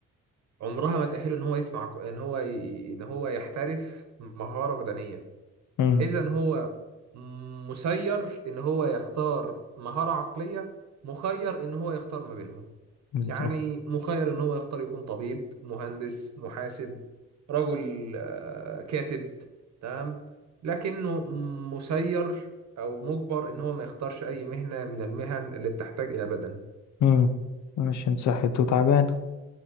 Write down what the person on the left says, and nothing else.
امم
بالظبط
مم. مش انت صحيت وتعبان